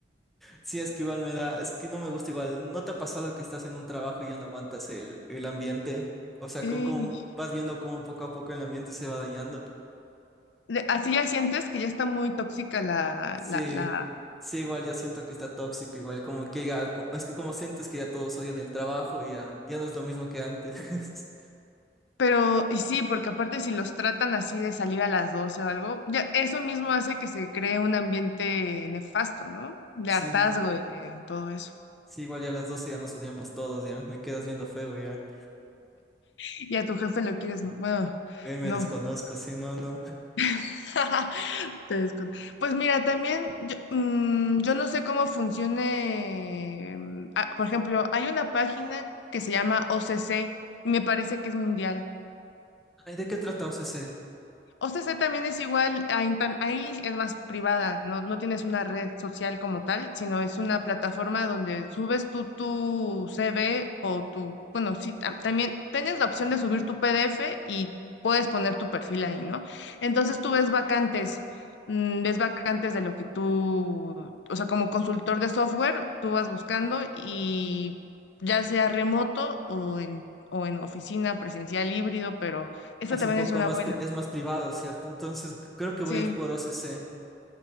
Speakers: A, in the centre; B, on the left.
A: Sí, es que igual me da, es que no me gusta igual. ¿No te ha pasado que estás en un trabajo y ya no aguantas el, el ambiente? O sea,
B: Y
A: co- como, vas viendo cómo poco a poco el ambiente se va dañando.
B: de- así ya sientes que ya está muy tóxica la,
A: Sí,
B: la, la
A: sí, igual ya siento que está tóxico, igual como que ya, co- es que como sientes que ya todos odian el trabajo y ya, ya no es lo mismo que antes. <laughs>
B: Pero, y sí, porque aparte si los tratan así de salir a las 12 o algo, ya eso mismo hace que se cree un ambiente nefasto, ¿no? De
A: Sí,
B: hartazgo y de todo eso.
A: sí, igual ya a las 12 ya nos odiamos todos, ya, me quedas viendo feo ya.
B: Y a tu jefe lo quieres, bueno,
A: Ahí me
B: no.
A: desconozco, sí, no, no.
B: <laughs> Te descon- Pues mira, también yo, mm, yo no sé cómo funcione, mm, ah, por ejemplo, hay una página que se llama o c C, y me parece que es mundial.
A: Ay, ¿de qué trata O C C?
B: O sea, ese también es igual, ahí, tam- ahí es más privada, ¿no? No tienes una red social como tal, sino es una plataforma donde subes tú tu CV o tu, bueno, sí, tam- también tienes la opción de subir tu PDF y puedes poner tu perfil ahí, ¿no? Entonces tú ves vacantes, mm, ves vacantes de lo que tú, o sea, como consultor de software, tú vas buscando y ya sea remoto o en, o en oficina presencial híbrido, pero esa
A: Ah, Es
B: también
A: un poco
B: es una
A: más,
B: buena,
A: pri- es más privado, ¿cierto? Entonces creo que voy
B: sí.
A: a ir por O C C